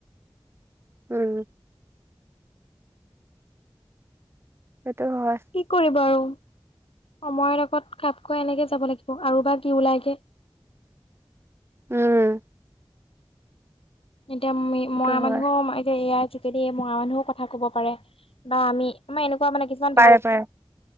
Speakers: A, on the right; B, on the left.
A: উম। সেইটো হয়
B: কি কৰিবা আৰু? সময়ৰ লগত খাপ খোৱা এনেকে যাব লাগিব। আৰু বা কি ওলাইগে? <inaudible>
A: উম।
B: এতিয়া মি
A: সেইটো
B: মৰা মানুহো
A: হয়
B: ইয়াত যোগেদি মৰা মানুহো কথা ক'ব পাৰে বা আমি আমাৰ এনেকোৱা মানে কিছুমান
A: পাৰে
B: ভাল
A: পাৰে